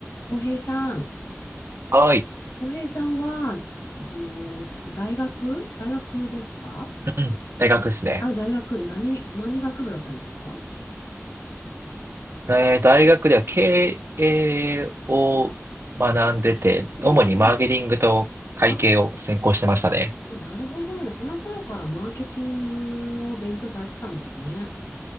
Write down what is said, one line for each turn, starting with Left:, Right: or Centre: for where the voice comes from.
Left: 浩平さん、
Right: はい。
Left: 浩平さんは、あの、大学大学ですか
Right: うん。大学ですね。
Left: あ、あ、大学、何、何学部だったんですか
Right: えー大学では経営を学んでて、主にマーケティングと会計を専攻してましたね。
Left: ええええあ、なるほど。じゃあ、その頃からマーケティングを勉強されてたんですね。